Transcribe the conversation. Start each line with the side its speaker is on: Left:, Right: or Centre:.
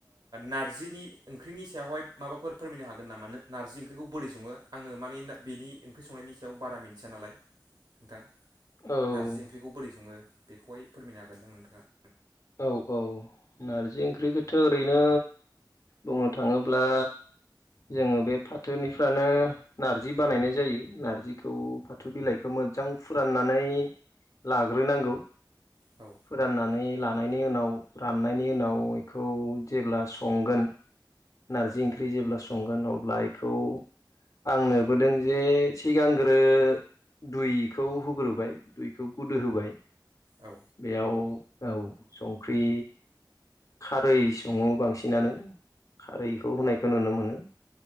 Right: नारजिनि ओंख्रिनि सायावहाय माबाफोर फोरमायनो हागोन नामा नार्जि ओंख्रिखौ बोरै सङो आङो मानि बेनि ओंख्रि संनायनि सायाव बारा मिन्थिया नालाय नोंथां
Left: औ
Right: नार्जि ओंख्रिखौ बोरै सङो बेखौहाय फोरमायनो हागोनदां नोंथाङा
Left: औ औ नारजि ओंख्रिखौथ' ओरैनो बुंनो थाङोब्ला जोङो बे फाथोनिफ्रानो नार्जि बानायनाय जायो नार्जिखौ फाथौ बिलाइखौ मोजां फुराननानै लाग्रोनांगौ
Right: औ
Left: फोराननानै लानायनि उनाव राननायनि उनाव बेखौ जेब्ला संगोन नारजि ओंख्रि जेब्ला संगोन अब्ला बेखौ आं नुबोदों जे सिगांग्रो दुइखौ होग्रोबाय दुइखौ गोदो होबाय
Right: औ।
Left: बेयाव औ संख्रि खारै सङो बांसिनानो खारैखौ होनायखौ नुनो मोनो